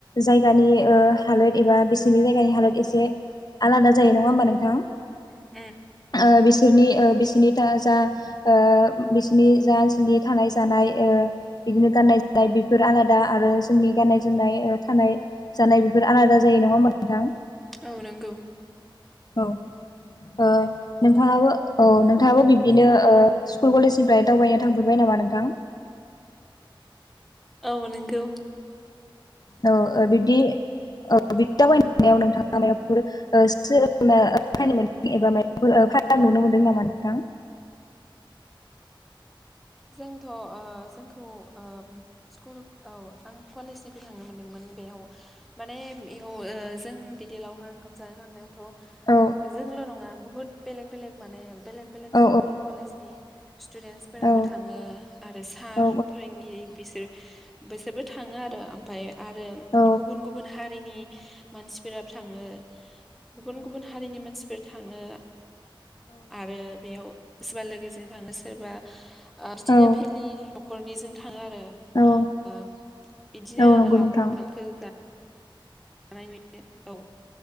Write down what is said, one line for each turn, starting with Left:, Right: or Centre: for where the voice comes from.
Left: जायगानि ओ हालोद एबा बिसोरनि जायगानि हालोद एसे आलादा जायो नङा होमबा नोंथां
Centre: औ
Left: ओ बि बिसोरनि ओ बिसोरनि जा ओ बिसोरनि जा ओनसोलनि थानाय जानाय ओ बिदिनो गाननाय जोमनाय बेफोर आलादा आरो जोंनि गाननाय जोमनाय थानाय जानाय बेफोर आलादा जायो नङा होमबा नोंथां
Centre: औ नोंगौ
Left: औ ओ नोंथाङाबो औ नोंथाङाबो बिब्दिनो ओ स्कुल कलेजनिफ्राय दावबायनो थांफेरबाय नामा नोंथां
Centre: औ नोंगौ
Left: औ ओ बिदि औ बि दाव बायाव नोंथाङा मायबाफोर सोलोंनो फायनो मोनदों एबा माबाफोर नुनो मोनदों नामा नोंथां
Centre: जोंथ' ओ जोंखौ ओ स्कुल औ आं कलेजनिफ्राय थांनो मोनदोंमोन। बेयाव माने बेयाव जों बिदि लावखार ओंखाम जानो लांनायावथ'
Left: औ
Centre: जोंल' नङा बुहुत बेलेक बेलेग माने बेलेक बेलेग
Left: औ
Centre: स्कुल कलेजनि स्टुदेन्सफोराबो
Left: औ
Centre: थाङो आरो सार
Left: औ
Centre: फोरोंगिरि बिसोर बेसोरबो थाङो आरो ओमाय आरो
Left: औ
Centre: गुबुन गुबुन हारिनि मानसि बिराद थाङो गुबुन गुबुन हारिनि मानसिफोर थाङो आरो बेयाव सोरबा लोगोजों थाङो सोरबा आ बिदिनो
Left: औ
Centre: फेमेलि न'खरनिजों थाङो आरो
Left: औ
Centre: ओ इदिनो
Left: औ नंगौ
Centre: लावखखार
Left: नोंथां
Centre: ओंखामखौ जा जानाय नुयो औ